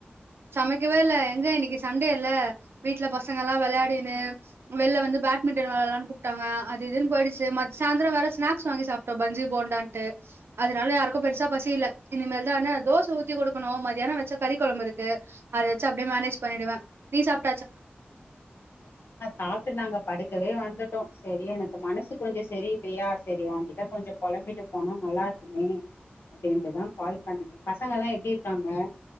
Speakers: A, on the right (about 80°); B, on the left (about 80°).
A: சமைக்கவே ல்ல எங்க இன்னக்கி சண்டேல்ல வீட்ல பச ங்கல்லா வெளயாடின்னு வெள்ல வந்து பேட்மிட்டன் வெளாலானு கூப்ட்டாங்க அதுஇதுன்னு போயிடுச்சி மத் சாயந்தர ஸ்நாக்ஸ் வாங்கி சாப்ட்டோ பஞ்சி போண்டாட்டு அதனால யாருக்கு பெருசா பசி ல்ல இனமேல் தான தோச ஊத் த்தி குடுக்கணு மதியானோ வச்ச கறி கொழம்புருக்கு அத வச்சி அப்டியே மேனேஜ் பண்ணிடுவ நீ சாப்
B: ம்ம் சாப்ட்டு நாங்க படுக் கலே வந்துட்டோ செரி எனக்கு மனசு கொஞ்சோ செரியில்லயா செரி ஓங்கிட்ட கொஞ்சோ பொலம்பிட்டு போனா நல்லாருக் கு அப்டின்ட்டுதா கால் பண்ணே பசங்கல்லா எப்டிருக்காங